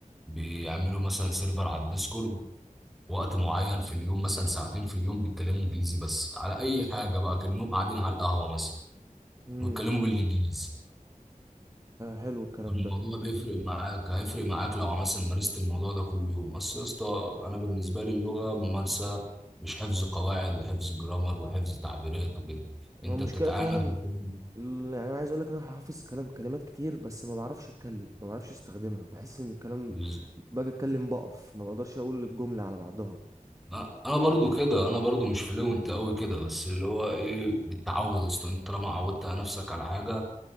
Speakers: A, in the centre; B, on the right.
A: بيعملوا مثلا سيرفر على الديسكورد وقت معين في اليوم مثلا ساعتين في اليوم بيتكلموا انجليزي بس على اي حاجه بقى كانهم قاعدين على القهوه مثلا
B: امم
A: ويتكلموا بالانجليزي
B: حلو الكلام
A: الموضوع
B: ده
A: بيفرق معاك هيفرق معاك لو مثلا مارست الموضوع ده كل يوم اصل يا اسطى انا بالنسبه لي اللغه ممارسه مش حفظ قواعد وحفظ جرامر وحفظ تعبيرات وكده
B: مم.
A: انت
B: ما هو المشكلة
A: بتتعامل
B: فعلا
A: مع كل-
B: ال- يعني انا عايز اقول لك انا حافظ كلام كلمات كتير بس ما بعرفش اتكلم ما بعرفش استخدمها بحس ان الكلام
A: بز-
B: باجي اتكلم بقف ما بقدرش اقول الجملة على بعضها
A: لا، انا برضو كده انا برضو مش فلوينت قوي كده بس اللي هو ايه بالتعود يا اسطى انت طالما عودت نفسك على حاجه